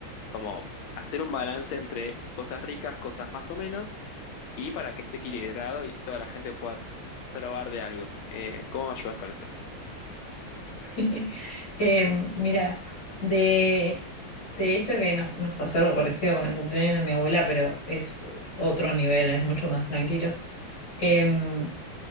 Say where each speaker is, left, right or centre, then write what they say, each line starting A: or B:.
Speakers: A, on the left; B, on the left.
A: como hacer un balance entre cosas ricas, cosas más o menos, y para que esté equilibrado y toda la gente pueda probar de algo. Eh, ¿cómo me ayudas con esto?
B: <laughs> Eh, mira, de, de esto que no- nos pasó algo parecido con el cumpleaños de mi abuela, pero es otro nivel, es mucho más tranquilo. Em,